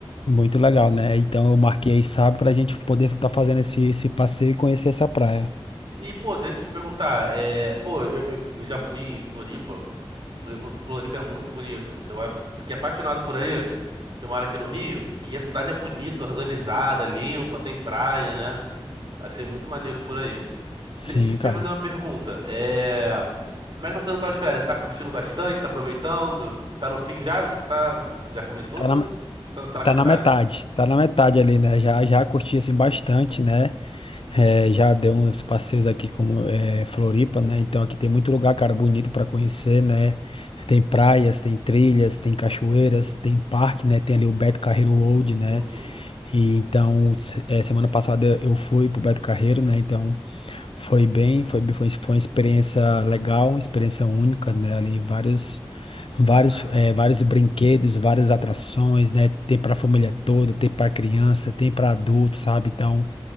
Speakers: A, on the left (about 65°); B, on the right (about 55°).
A: muito legal, né? Então eu marquei sábado pra gente poder estar fazendo esse, esse passeio e conhecer essa praia.
B: E, pô, deixa eu te perguntar. É... Pô, eu, eu, eu já fui em Floripa. Fli- Fl- Floripa é muito bonito. Eu af- fiquei apaixonado por aí, que eu moro aqui no Rio. E a cidade é bonita, organizada, limpa, tem praia, né? Achei muito maneiro por aí.
A: Sim,
B: E deixa eu te
A: cara.
B: fazer uma pergunta. É... Como é que tá sendo tuas férias? Tá curtindo bastante? Tá aproveitando? Tá no fim já? Acho que tá... Já começou
A: Tá
B: ou tá,
A: na,
B: tá- tá na
A: tá
B: metade?
A: na metade, tá na metade ali, né? Já, já curti assim bastante, né? É, já dei uns passeios aqui como é, Floripa, né? Então aqui tem muito lugar, cara, bonito para conhecer, né? Tem praias, tem trilhas, tem cachoeiras, tem parque, né? Tem ali o Beto Carreiro World, né?
B: Uhum.
A: E então se- é, semana passada eu fui pro Beto Carreiro, né? Então foi bem, foi, bem- foi, foi uma experiência legal, uma experiência única, né? Ali vários vários,
B: Caraca.
A: eh, vários brinquedos, várias atrações, né? Tem para a família toda, tem para criança, tem para adulto, sabe? Então